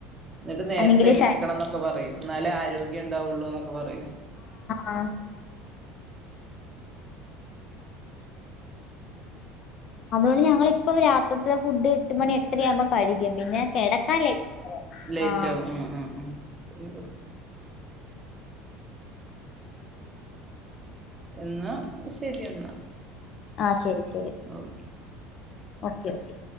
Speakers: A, on the right (about 20°); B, on the left (about 50°).
A: എന്നിട്ട് നേരത്തെ
B: അല്ലെങ്കില്
A: എണീക്കണം
B: ശ
A: എന്നൊക്കെ പറയും എന്നാലേ ആരോഗ്യം ഉണ്ടാവുള്ളൂ എന്നൊക്കെ പറയും
B: ആഹ അതുകൊണ്ട് ഞങ്ങിളിപ്പം രാത്രിത്തെ ഫുഡ് എട്ട് മണി എട്ടരയാവുമ്പോ കഴിക്കും പിന്നെ കിടക്കാൻ ലേറ്റ്
A: ലേറ്റ്
B: ആഹ ആഹ്
A: ആവും ആ ആ ആ പിന്നെ പ്രശ്നം. എന്നാ ശരി എന്നാ
B: ആ ശരി ശരി
A: ഓക്കെ
B: ഓക്കെ ഓക്കെ